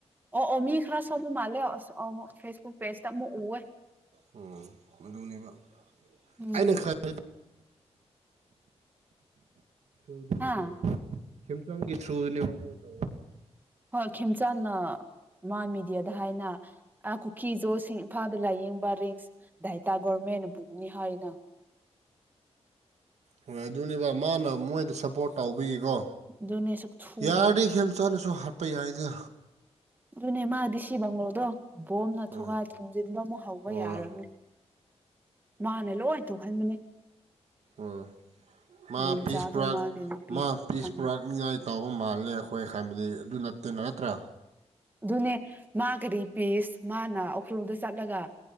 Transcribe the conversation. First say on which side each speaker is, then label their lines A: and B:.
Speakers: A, on the right (about 15°); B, on the right (about 80°).
A: ꯑꯣ ꯑꯣ ꯃꯤ ꯈ꯭ꯔ ꯁꯣꯛꯄ ꯃꯥꯜꯂꯦ ꯐꯦꯁꯕꯨꯨꯛ ꯄꯦꯖ ꯇ ꯑꯃꯨꯛ ꯎꯋꯦ꯫
B: ꯑꯣ ꯑꯗꯨꯅꯦꯕ
A: ꯎꯝ
B: ꯑꯩꯅ ꯈꯠ ꯊ꯭ꯔꯨꯗꯅꯤꯀꯣ
A: ꯍꯥ
B: ꯈꯦꯝꯆꯥꯡꯒꯤ ꯊ꯭ꯔꯨꯗꯨꯅꯤ ꯃꯣꯏ ꯇꯧ
A: ꯍꯣꯏ ꯈꯦꯝꯆꯥꯟꯅ ꯃꯥ ꯃꯦꯗꯤꯌꯥꯗ ꯍꯥꯏꯅ ꯑ ꯀꯨꯀꯤ ꯖꯣꯁꯤꯡ ꯏꯝꯐꯥꯜꯗ ꯂꯥꯏꯌꯦꯡꯕ ꯔꯤꯡꯁ ꯗꯥꯥꯏ ꯇꯒꯣꯔꯃꯦꯟꯅ ꯄꯨꯒꯅꯤ ꯍꯥꯏꯅ꯫
B: ꯍꯣꯏ ꯑꯗꯨꯅꯦꯕ ꯃꯥꯅ ꯃꯣꯏꯗ ꯁꯞꯄꯣꯔꯠ ꯇꯧꯕꯤꯀꯣ
A: ꯑꯗꯨꯅꯦ ꯁꯛꯊꯨꯅꯦ
B: ꯌꯥꯔꯗꯤ ꯈꯦꯝꯆꯥꯥꯟꯗꯨꯁꯨ ꯍꯥꯠꯄ ꯌꯥꯏꯗ꯫
A: ꯑꯗꯨꯅꯦ ꯃꯥꯗꯤ ꯁꯤ ꯕꯪꯂꯣꯗꯣ ꯕꯣꯝꯅ
B: ꯎꯝ
A: ꯊꯨꯒꯥꯏ ꯊꯣꯝꯖꯤꯟꯕ ꯑꯃꯨꯛ ꯍꯧꯕ
B: ꯍꯣꯏ
A: ꯌꯥꯔꯕꯅꯤ ꯃꯥꯅꯦ ꯂꯣꯏ ꯊꯣꯛꯍꯟꯕꯅꯦ꯫
B: ꯑꯣ ꯃꯥ
A: ꯅꯤꯝꯆꯥꯗꯣ
B: ꯄꯤꯁ ꯄꯨꯔ
A: ꯃꯥꯒꯤ ꯅꯨꯄꯤ
B: ꯃꯥ ꯄꯤꯁ
A: ꯈꯪꯗꯦ
B: ꯄꯨꯔꯛꯅꯤꯡꯉꯥꯏ ꯇꯧꯕ ꯃꯥꯜꯂꯦ ꯑꯩꯈꯣꯏ ꯍꯥꯏꯕꯗꯤ ꯑꯗꯨ ꯅꯠꯇꯦ ꯅꯠꯇ꯭ꯔꯥ꯫
A: ꯑꯗꯨꯅꯦ ꯃꯥ ꯀꯔꯤ ꯄꯤꯁ ꯃꯥꯅ ꯎꯈ꯭ꯔꯣꯜꯗ ꯆꯠꯂꯒ